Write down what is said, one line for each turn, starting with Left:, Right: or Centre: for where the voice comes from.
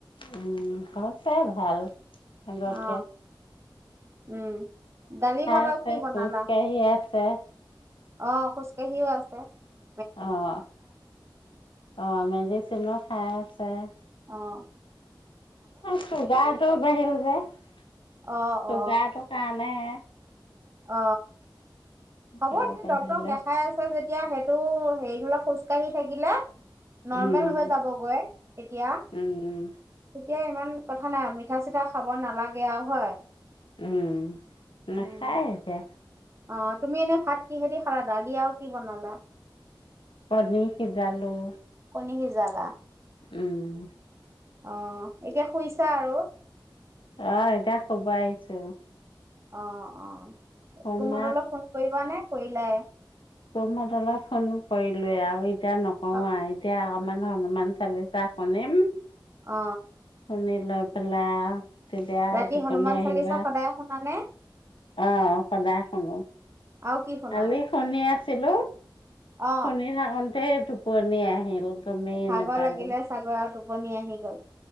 Left: উম, হৈছে ভাল। আগতে
Right: অ উম, দালি ভাত
Left: আছে,
Right: আৰু কি বনালা?।
Left: খোজকাঢ়ি আছে।
Right: অ', খোজকাাঢ়িও আছ <inaudible>
Left: অ', অ', মেডিচিনো খায় <unintelligible>
Right: অহ
Left: চুগাৰটো বাঢ়িল যে চুগাৰটোৰ
Right: অ অ
Left: কাৰণেহে।
Right: অ।
Left: চুগাৰ
Right: হ'ব <unintelligible>
Left: বাঢ়িলে।
Right: ডক্তৰক দেখাই আছে যেতিয়া <unintelligible> খোজ কাঢ়ি থাকিলে নৰ্মেল
Left: উম,
Right: হৈ যাবগৈ তেতিয়া,
Left: উম,
Right: তেতিয়াই ইমান কথা নাই মিঠা চিঠা খাব নালাগে আৰু হয়।
Left: উম, নেখায়
Right: উম
Left: এতিয়া।
Right: অ', তুমি এনে ভাত কিহেদি খালা? দালি আৰু কি বনালা?
Left: কনীৰ সিজালো।
Right: কণী সিজালা।
Left: উম।
Right: অ', এতিয়া শুইছা আৰু।
Left: অ', এতিয়া শুব আহিছো।
Right: অ', অ।
Left: শুম
Right: কুম হতলৈ ফোন কৰিবা নে? কৰি <unintelligible>
Left: কুম হতলৈ ফোন কৰিলোৱে‌ আৰু‌ এ এতিয়া নকৰো
Right: অ
Left: আৰু এতিয়া মানে হনুমান চালিচা শুনিম।
Right: অ।
Left: শুনি লৈ পেলাই তেতিয়া
Right: ৰাতি
Left: টোপনি
Right: হনুমান
Left: আহিব।
Right: চালিচা সদায় শুনানে
Left: অহ সদায় শুনো
Right: আৰু কি শুনা
Left: কালি শুনি আছিলো
Right: অ
Left: শুনি থাকোতেই টোপনি আহিল গমেই
Right: ভাগৰ
Left: নাপালো।
Right: লাগিলে চাগৰ আৰু টোপনি আহি গ'ল।